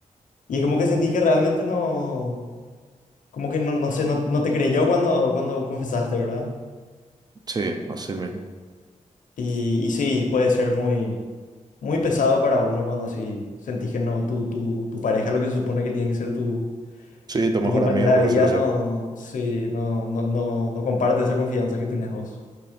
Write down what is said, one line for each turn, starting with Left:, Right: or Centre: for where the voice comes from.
Left: Y es como que sentís que realmente no, como que no, no sé, no, no te creyó cuando, cuando confesaste, ¿verdad?
Right: sí, así mismo.
Left: Y, y sí, puede ser muy, muy pesado para uno cuando así sentís que no, tu, tu, tu pareja, lo que se supone que tiene que ser tu,
Right: Sí, tu
Left: tu
Right: mejor
Left: compañera
Right: amigo, por
Left: de vida,
Right: decirlo así.
Left: no, sí, no, no, no, no comparte esa confianza que tenés vos.